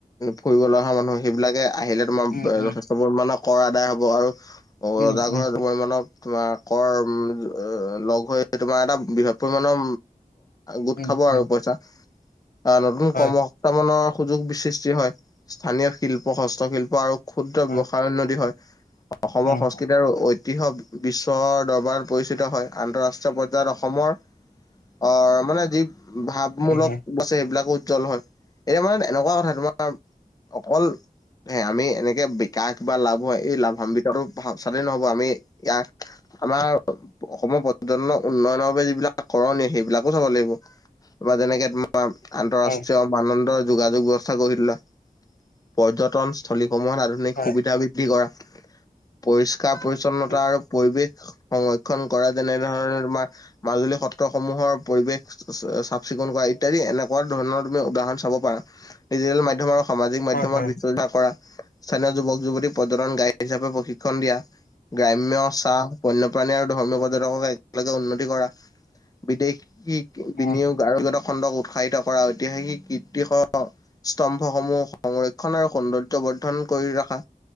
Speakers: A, on the left; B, on the left.
A: ফুৰিব লগা মানুহ সেইবিলাকে আহিলে তোমাৰ
B: উম উম
A: যথেষ্ট চবৰ মানে কৰ আদায় হ'ব আৰু
B: উম
A: ৰজা
B: উম
A: ঘৰ দুবৰি মনক তোমাৰ কৰ উম লগ হৈ তোমাৰ এটা বৃহৎ পৰিমাণৰ গোট
B: উম
A: খাব আৰু
B: উম
A: পইচা। অ', নতুন
B: হয়
A: কৰ্ম সংস্থাপনৰ সুযোগ সৃষ্টি হয়, স্থানীয় শিল্প হস্তশিল্প আৰু ক্ষুদ্ৰ
B: হয়
A: বৱসায়ৰ উন্নতি হয় অসমৰ
B: হয়
A: সংস্কৃ যি আৰু ঐতিহ্য বিশ্বৰ দৰবাৰত পৰিচিত হয় আন্তঃৰাষ্ট্ৰীয় পৰ্যায়ত অসমৰ অ', মানে যি ভাৱমূলক
B: হয়
A: বছে সেইবিলাকো উজ্জ্বল হয়, এতিয়া মানে এনেকুৱা কথা তোমাৰ অকল এ আমি এনেকে বিকাশ বা লাভ হয় এই লাভাম্বিতটো ভা চালেই নহ'ব আমি ইয়াক আমাৰ অসমৰ পৰ্যটনৰ উন্নয়নৰ বাবে যিবিলাক কৰণী সেইবিলাকো চাব লাগিব। তাপা যেনেকে তোমাৰ আন্তঃৰাষ্ট্ৰীয়
B: হয়
A: মান দণ্ডৰ যোগাযোগ ব্যৱস্থা গঢ়ি তোলা। পৰ্যটন স্থলী সমূহত আধুনিক
B: হয়
A: সুবিধা বৃ বৃদ্ধি কৰা, পৰিষ্কাৰ পৰিছন্নতা
B: হয়
A: আৰু পৰিৱেশ সংৰক্ষণ কৰা যেনেধৰণে তোমাৰ মাজুলী সত্ৰ সমূহৰ পৰিৱেশ চ চাফ চিকুণ কৰা ইত্যাদি এনেকুৱা ধৰণৰ তুমি উদাহৰণ চাব পাৰা। ডিজিটেল মাধ্যমৰ সামাজিক মাধ্যমত
B: হয় হয় হয়
A: বিচৰ্চা কৰা, স্থানীয় যুৱক যুৱতীক পৰ্যটন গাইড হিচাপে প্ৰশিক্ষণ দিয়া। গ্ৰাম্য চাহ, বন্যপ্ৰাণী আৰু ধৰ্মীয় পৰ্যটকক একেলগে উন্নতি কৰা। বিদেশী বিনিয়োগ
B: উম
A: আৰোপিত খণ্ডক উৎসাহিত কৰা ঐতিহাসিক কীৰ্তি সহ স্তম্ভসমূহ সংৰক্ষণ আৰু সৌন্দৰ্য্য বৰ্ধন কৰি ৰখা,